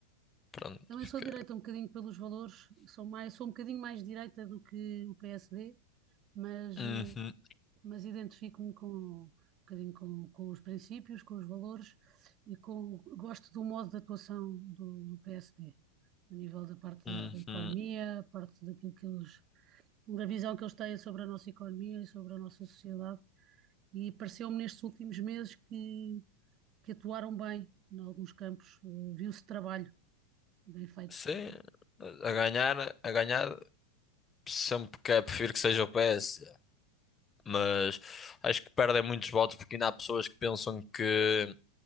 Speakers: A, on the left; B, on the right.
A: pronto,
B: Também
A: porque...
B: sou de direita um bocadinho pelos valores, sou mais, sou um bocadinho mais de direita do que o PSD mas
A: Uhum,
B: eh, mas identifico-me com um bocadinho com, com os princípios, com os valores e com gosto do modo de atuação do, do PSD, a nível da parte
A: uhum.
B: da, da economia, a parte daquilo que eles, da visão que eles têm sobre a nossa economia e sobre a nossa sociedade. E pareceu-me nestes últimos meses que, que atuaram bem em alguns campos, eh, viu-se trabalho bem feito.
A: Sim, a ganhar, a ganhar, sempre que é, prefiro que seja o PS, mas acho que perdem muitos votos porque ainda há pessoas que pensam que